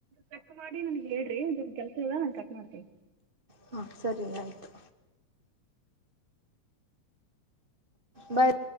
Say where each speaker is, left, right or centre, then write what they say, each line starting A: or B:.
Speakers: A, on the right; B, on the right.
A: ಚಕ್ ಮಾಡಿ ನನ್ ಹೇಳಿ ಒಂದ ಕೆಲ್ಸ ಇದ ನಾ ಕಟ್ ಮಾಡ್ತನಿ
B: ಹಾಂ ಸರಿ ಆಯಿತು ಬಾಯ್